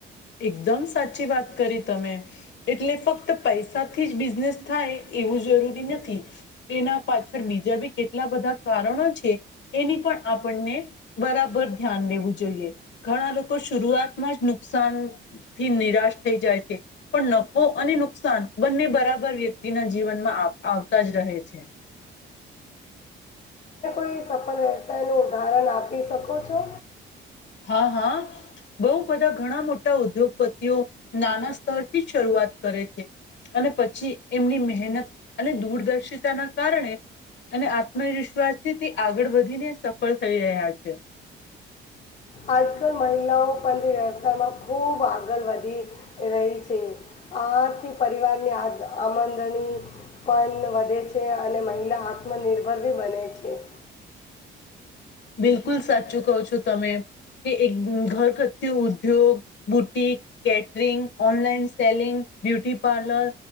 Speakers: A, on the left; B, on the left.
A: એકદમ સાચી વાત કરી. તમે એટલે ફક્ત પૈસાથી જ બિઝનેસ થાય એવું જરૂરી નથી એના પાછળ બીજા બી કેટલા બધા કારણો છે, એની પણ આપણને બરાબર ધ્યાન લેવું જોઈએ. ઘણા લોકો શરૂઆતમાં જ નુક સાન થી નિરાશ થઈ જાય છે પણ નફો અને નુકસાન બંને બરાબર વ્યક્તિના જીવનમાં આવતા જ રહે છે.
B: ત એ સફળ વ્યવસાયનું ઉદાહરણ આપી શકો છો?
A: હા હા બઉ બધા ઘણા મોટા ઉદ્યોગપતિઓ નાના સ્તરથી શરૂઆત કરે છે, અને પછી એમની મહેનત અને દૂરદર્શિતા ના કારણે અને આત્મવિશ્વાસથી આગળ વધીને સફળ થઈ રહ્યા છે.
B: આજકાલ મહિલાઓ પણ વ્યવસાયમાં ખૂબ આગળ વધી રહી છે આથી પરિવારની આમદની પણ વધે છે, અને મહિલા આત્મનિર્ભર બી બને છે.
A: બિલકુલ સાચું કહો છો તમે કે એક ઘરઘટ્યું ઉદ્યોગ, boutique, catering, online selling, beauty parlour,